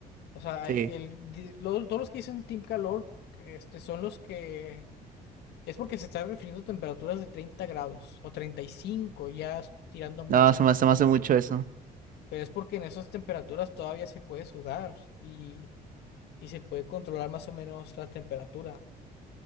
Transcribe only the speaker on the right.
Sí.
No, se me, se me hace mucho eso.